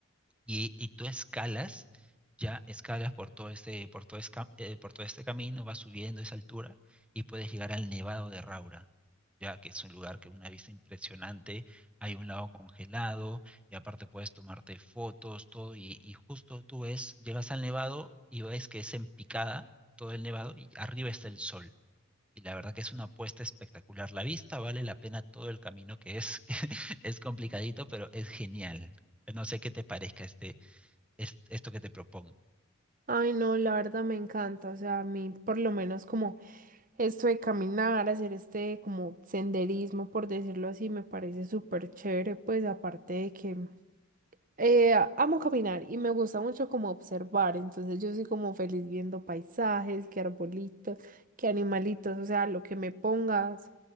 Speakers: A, in the centre; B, on the right.
A: y, y tú escalas, ya escalas por todo este, por todo esca- eh, por todo este camino, vas subiendo esa altura y puedes llegar al Nevado de Raura, ya que es un lugar que una vista impresionante, hay un lago congelado y aparte puedes tomarte fotos, todo, y, y justo tú ves, llegas al Nevado y ves que es en picada todo el Nevado y arriba está el sol. Y la verdad que es una apuesta espectacular. La vista vale la pena todo el camino que es, <laughs> es complicadito, pero es genial. No sé qué te parezca este, es- esto que te propongo.
B: Ay, no, la verdad me encanta, o sea, a mí por lo menos como esto de caminar, hacer este como senderismo, por decirlo así, me parece súper chévere, pues aparte de que Eh, amo caminar y me gusta mucho como observar, entonces yo soy como feliz viendo paisajes, qué arbolitos, qué animalitos, o sea, lo que me pongas,